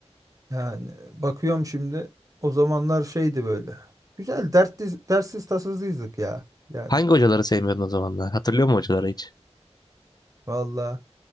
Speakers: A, on the right; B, on the left.
A: yani bakıyorum şimdi o zamanlar şeydi böyle. Güzel dertli, dertsiz tasasızdık ya. Yani
B: Hangi hocaları sevmiyordun o zamanlar? Hatırlıyor musun hocaları hiç?
A: valla